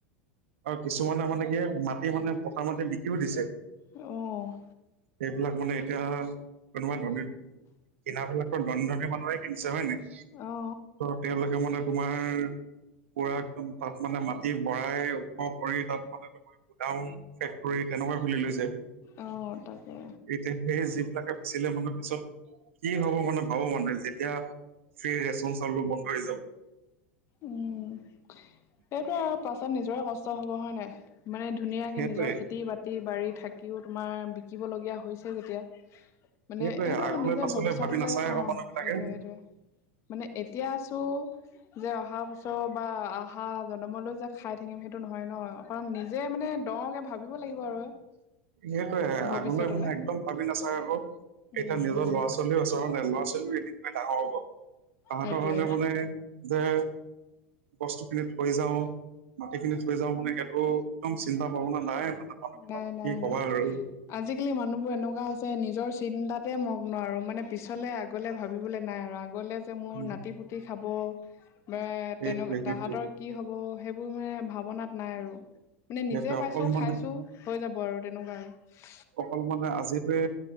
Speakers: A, on the right; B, on the left.
A: আৰু কিছুমানে মানে কি, মাটি মানে পথাৰৰ মাটি বিকিও দিছে।
B: অ'।
A: সেইবিলাক মানে এতিয়া, কোনোবা ধনী কিনাবিলাকতো ধনী, ধনী মানুহে কিনিছে হয় নাই।
B: অ
A: ত' তেওঁলোকে মানে তোমাৰ পুৰা তাত মানে, মাটি ভৰাই ওখ কৰি তাত তাতে তোমাৰ, গুডাউন, ফেক্টৰী তেনেকুৱা খুলি লৈছে।
B: অ তাকে
A: এতিয়া সেই, যিবিলাকে বেচিলে মানে পিছত কি হ'ব মানে ভাবো মানে, যেতিয়া ফ্ৰী ৰেচন চাউলবোৰ বন্ধ হৈ যাব।
B: উম, সেইটো আৰু পাছত নিজৰে কষ্ট হ'ব হয় নাই। মানে ধুনীয়াকৈ
A: সেইটোৱে
B: নিজৰ খেতি-বাতি-বাৰী থাকিও তোমাৰ বিকিব লগীয়া হৈছে যেতিয়া মানে
A: সেইটোয়ে
B: এইটো
A: আগলৈ
B: নিজে
A: পাছলৈ
B: ভৱিষ্যতলৈ
A: ভাবি নাচায়
B: অঁ
A: আকৌ মানুহ বিলাকে।
B: সেইটোৱে সেইটোৱে মানে এতিয়া আছোঁ যে আহা বছৰ বা আহা জনমলৈ যে খাই থাকিম সেইটো নহয় ন অকণ নিজে মানে দওঁকে ভাবিব লাগিব আৰু
A: সেইটোয়ে
B: ভৱিষ্যতলে
A: আগলৈ মানে একদম ভাবি নাচায় আকৌ
B: উম
A: এতিয়া নিজৰ
B: উম
A: ল'ৰা ছোৱালী চলি আছ হয় নে ল'ৰা ছোৱালীও এদিন গৈ ডাঙৰ হ'ব তাহাঁতৰ
B: সেইটোৱে
A: কাৰণে মানে যে বস্তু খিনি থৈ যাওঁ মাটিখিনি থৈ যাওঁ বুলি সেইটো একদম চিন্তা ভাৱনা নাই মানে। মানুহবিলাক
B: নাই নাই
A: কি ক'বা
B: নাই
A: আৰু।
B: আজিকালি মানুহবোৰ এনেকুৱা হৈছে নিজৰ চিন্তাতে মগ্ন আৰু মানে পিছলে আগ গলে ভাবিবলৈ নাই আৰু আগলৈ যে মোৰ
A: উম।
B: নাতি পুতি খাব বা
A: সেইটোৱে
B: তেনেক
A: সেইটোৱে
B: তাহাঁতৰ কি হ'ব সেইবোৰ মানে ভাৱনাত নাই আৰু মানে
A: সেইটোৱে
B: নিজে পাইছো
A: অকল মানে
B: খাইছো হৈ যাব আৰু তেনেকুৱা আৰু
A: অকল মানে আজিটোৱে